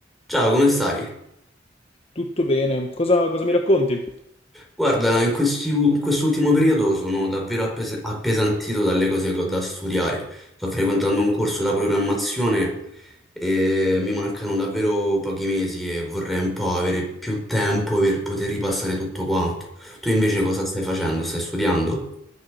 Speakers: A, in the centre; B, on the left.
A: Ciao, come stai?
B: Tutto bene, cosa, cosa mi racconti?
A: Guarda, in questi u- in quest'ultimo periodo sono davvero appes- appesantito dalle cose che ho da studiare. Sto frequentando un corso da programmazione e mi mancano davvero pochi mesi e vorrei un po' avere più tempo per poter ripassare tutto quanto. Tu invece cosa stai facendo? Stai studiando?